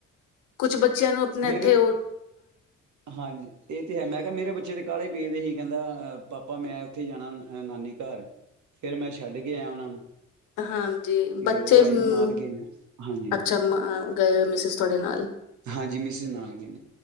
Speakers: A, on the left (about 85°); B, on the right (about 70°).
A: ਕੁਛ ਬੱਚਿਆਂ ਨੂੰ ਆਪਣੇ
B: ਮੇਰੇ
A: ਇੱਥੇ ਉਹ
B: ਹਾਂਜੀ ਇਹ ਤੇ ਹੈ ਮੈਂ ਕਿਹਾ ਮੇਰੇ ਬੱਚੇ ਤੇ ਕਾਹਾਲੇ ਪੀਦੇ ਸੀ ਕਹਿੰਦਾ ਪਾਪਾ ਮੈਂ ਉੱਥੇ ਜਾਣਾ ਨਾਨੀ ਘਰ ਫੇਿਰ ਮੈਂ ਛੱਡ ਕੇ ਆਇਆ ਉਹਨਾ ਨੂੰ
A: ਹਾਂਜੀ
B: ਤੇ
A: ਬੱਚੇ
B: ਵਾਈਫ
A: ਹ
B: ਨਾਲ ਗਏ ਨੇ ਹਾਂਜੀ
A: ਅੱਛਾ ਗਏ ਹੋ ਮਿਸ ਤੁਹਾਡੇ ਨਾਲ
B: ਹਾਂਜੀ ਮਿਸ ਨਾਲ ਗਏ ਨੇ